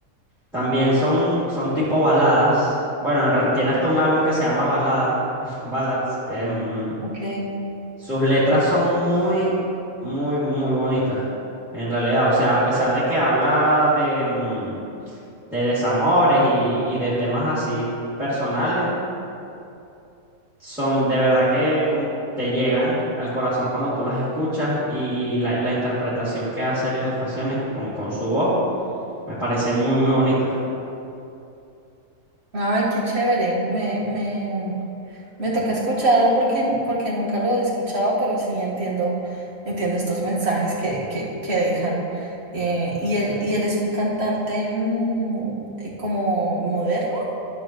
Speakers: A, in the centre; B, on the right.
A: También son, son tipo baladas. Bueno, en real- tiene hasta un álbum que se llama Baladas, <laughs> Ballads. Em,
B: Ok.
A: sus letras son muy, muy, muy bonitas. En realidad, o sea, a pesar de que habla de, mm, de desamores y, y de temas así personales, son de verdad que como te llegan al corazón cuando tú las escuchas y la, la interpretación que hace él en las canciones con, con su voz me parece muy, muy bonita.
B: Ay, qué chévere. Me, me, me toca escucharlo porque, porque nunca lo he escuchado, pero sí entiendo, entiendo estos mensajes que, que, que dejan. Eh, y él, y él es un cantante mm, eh, como moderno.